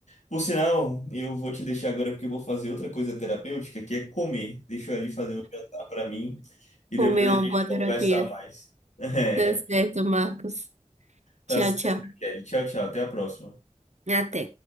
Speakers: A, on the left (about 65°); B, on the right (about 65°).
A: Por sinal, eu vou te deixar agora porque eu vou fazer outra coisa terapêutica, que é comer. Deixa eu ali fazer um jantar para mim e
B: Comer
A: depois a
B: uma
A: gente
B: boa
A: conversa
B: terapia.
A: mais. <laughs> É,
B: Tá certo, Marcos.
A: tá
B: Tchau,
A: certo,
B: tchau.
A: Kelly. Tchau, tchau. Até a próxima.
B: Até.